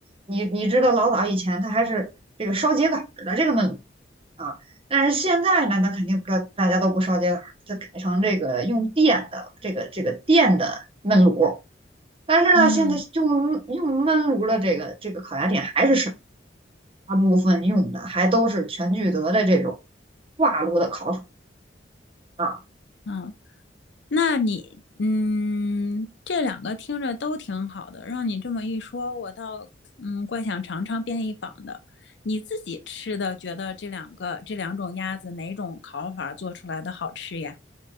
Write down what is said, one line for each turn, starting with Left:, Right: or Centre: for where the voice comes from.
Right: 你你知道老早以前它还是这个烧秸秆儿的这个焖炉啊，但是现在呢，它肯定不知道大家都不烧秸秆儿，它改成这个用电的这个这个电的焖炉，但是呢，
Left: 嗯
Right: 现在用用焖炉的这个这个烤鸭店还是少，大部分用的还都是全聚德的这种挂炉的烤法。啊。
Left: 嗯，那你嗯，这两个听着都挺好的，让你这么一说，我倒嗯怪想尝尝便宜坊的。你自己吃的，觉得这两个这两种鸭子哪种烤法做出来的好吃呀？